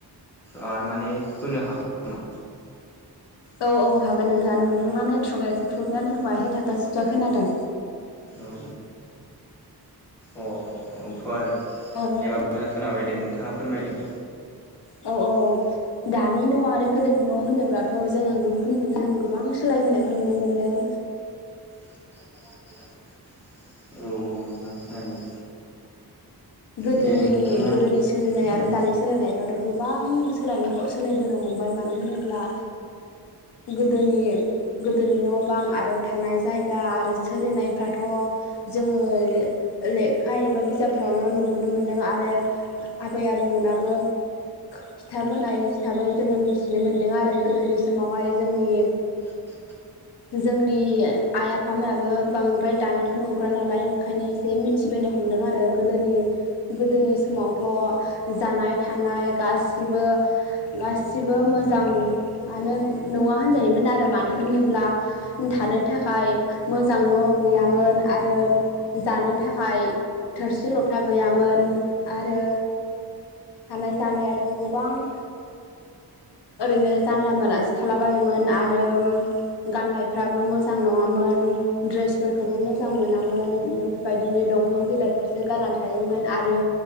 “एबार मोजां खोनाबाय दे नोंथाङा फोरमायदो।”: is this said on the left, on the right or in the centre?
Centre